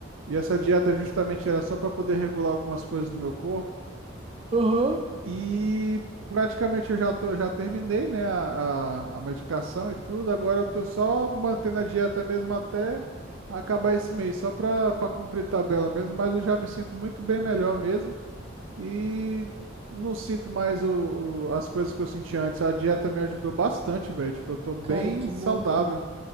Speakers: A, on the right (about 80°); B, on the right (about 30°).
A: e essa dieta justamente era só para poder regular algumas coisas do meu corpo.
B: Aham.
A: E praticamente eu já tô, já terminei, né, a, a, a medicação e tudo. Agora eu tô só mantendo a dieta mesmo até acabar esse mês, só para para cumprir tabela mesmo. Mas eu já me sinto muito bem melhor mesmo e não sinto mais o, o- as coisas que eu sentia antes. A dieta me ajudou bastante, velho. Tipo, eu tô bem
B: Cara, que
A: saudável.
B: bom então.